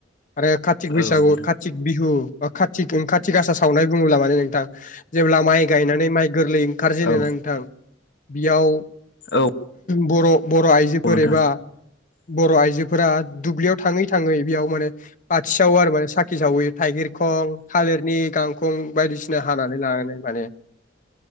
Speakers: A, on the left; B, on the left.
A: आरो कातिक बैसागु
B: औ नोंथां
A: कातिक बिहु ओ कातिक काति गासा सावनाय बुङोब्ला मानोे नोंथां जेब्ला माइ गायनानै माइ गोरलै ओंखारजेनो
B: औ
A: ना नोंथां बियाव
B: औ।
A: बर' बर' आइजोफोर
B: औ नोंथां
A: एबा बर' आइजो फोरा दुब्लियाव थाङै थाङै बेयाव माने बाथि सावो आरो माने साखि सावहैयो थाइगिर खं, थालिर नि गांखं बायदिसिना हानानै लानानै माने